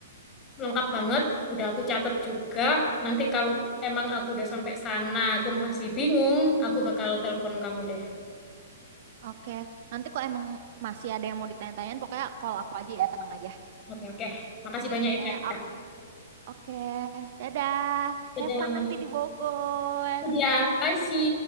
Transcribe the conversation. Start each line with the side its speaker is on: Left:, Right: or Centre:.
Left: lengkap banget, udah aku catat juga. Nanti kalau emang aku udah sampai sana, aku masih bingung, aku bakal telepon kamu deh.
Right: Oke, nanti kok emang masih ada yang mau ditanya-tanyain, pokoknya call aku aja ya, tenang aja.
Left: Oke, oke. Makasih banyak
Right: Oke,
Left: ya, Kak.
Right: aku. Oke, dadah.
Left: Dadah.
Right: Have fun nanti di Bogor.
Left: Ya, makasih.